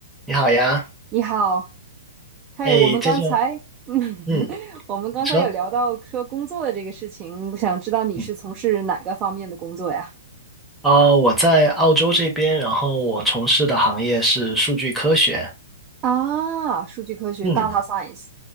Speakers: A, in the centre; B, on the right.
A: 你好呀，
B: 你好，嘿，
A: 哎，
B: 我们刚才，
A: 这就
B: <laughs> 嗯，
A: 嗯，
B: 我们刚才有聊到说工作的这个事情，
A: 你说，
B: 我想知道你是从事哪个方面的工作呀？
A: 嗯，啊、我在澳洲这边，然后我从事的行业是数据科学，
B: 啊，数据科学
A: 嗯，
B: （data science）。